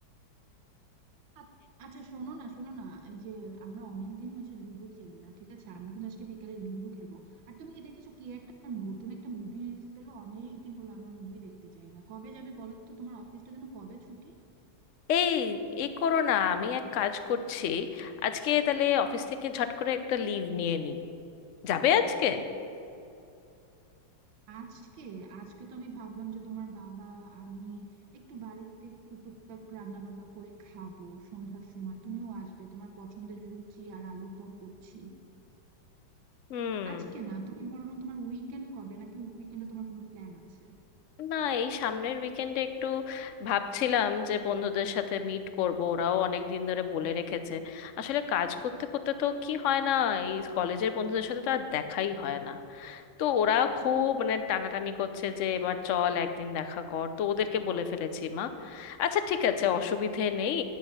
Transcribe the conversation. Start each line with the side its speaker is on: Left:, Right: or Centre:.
Right: আ- আচ্ছা শোনো না শোনো না এই যে আমরা অনেক দিন হয়েছে লুডো খেলি না ঠিক আছে আমরা কিন্তু আজকে বিকালে লুডো খেলবো আর তুমি কি দেখেছো কি একটা নতুন একটা মুভি রিলিজ পেলো অনেক দিন হলো আমরা মুভি দেখতে যাই না কবে যাবে বলো তো তোমার অফিসটা যেন কবে ছুটি
Left: এই এ করো না আমি এক কাজ করছি আজকে তাহলে অফিস থেকে ঝট করে একটা লিভ নিয়ে নিই যাবে আজকে
Right: আজকে আজকে তো আমি ভাবলাম যে তোমার বাবা আমি একটু বাড়িতে একটু টুকটাক রান্না বান্না করে খাবো সন্ধ্যার সময় তুমিও আসবে তোমার পছন্দের লুচি আর আলুর দম করছি
Left: হুম
Right: আজকে না তুমি বরং তোমার উইকেন্ড কবে নাকি উইকেন্ডে তোমার কোনো প্ল্যান আছে
Left: না এই সামনের উইকেন্ডে একটু ভাবছিলাম যে বন্ধুদের সাথে মিট করব ওরাও অনেক দিন ধরে বলে রেখেছে আসলে কাজ করতে করতে তো কি হয় না এই কলেজের বন্ধুদের সাথে তো আর দেখাই হয় না তো ওরা খুব মানে টানাটানি করছে যে এবার চল একদিন দেখা কর তো ওদেরকে বলে ফেলেছি মা আচ্ছা ঠিক আছে অসুবিধে নেই